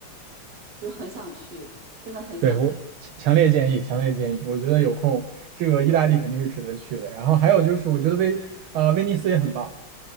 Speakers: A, on the right (about 50°); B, on the right (about 85°).
A: 就是很想去，真的很想去，
B: 对，我强强烈建议，强烈建议。我觉得有空，这个意大利肯定是值得去的。然后还有就是，我觉得威呃威尼斯也很棒。